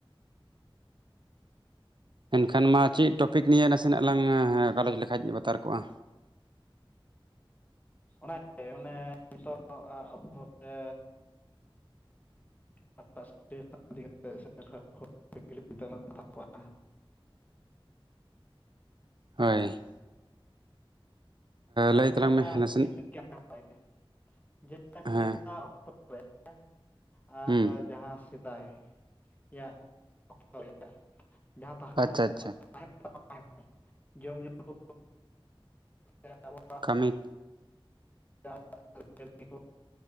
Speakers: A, on the right (about 55°); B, on the left (about 15°).
A: ᱮᱱ ᱠᱷᱟᱱ ᱢᱟ ᱪᱮᱫ ᱴᱚᱯᱤᱠ ᱱᱤᱭᱮ ᱱᱟᱥᱮᱱᱟᱜ ᱞᱟᱝ ᱜᱟᱞᱚᱪ ᱞᱮᱠᱷᱟᱡ ᱵᱟᱛᱟᱨ ᱠᱚᱜᱼᱟ
B: ᱚᱱᱟᱜ ᱢᱟᱱᱮ ᱱᱤᱛᱚᱜ ᱚᱠᱛᱚ ᱨᱮ ᱤᱫᱤ ᱠᱟᱛᱮ <inaudible> ᱠᱚᱣᱟ
A: ᱦᱳᱭ
B: ᱡᱮᱞᱮᱠᱟ
A: ᱞᱟᱹᱭ ᱛᱟᱞᱟᱝ ᱢᱮ ᱱᱟᱥᱮᱱᱟᱜ
B: <inaudible> ᱡᱮᱞᱮᱠᱟ
A: ᱦᱮᱸ
B: ᱱᱤᱛᱟᱜ ᱚᱠᱛᱚ <inaudible> ᱟᱨ
A: ᱦᱩᱸ
B: ᱡᱟᱦᱟᱸ ᱥᱮᱫᱟᱭ-ᱟᱜ ᱚᱠᱛᱚ ᱡᱟᱦᱟᱸ ᱛᱟᱦᱮ
A: ᱟᱪᱪᱷᱟ ᱟᱪᱪᱷᱟ
B: <inaudible> ᱛᱟᱦᱮ ᱡᱚᱢ ᱧᱩ ᱠᱚ <inaudible>
A: ᱠᱟᱹᱢᱤ
B: <inaudible> ᱟᱹᱪᱟᱹᱞᱤ ᱠᱚ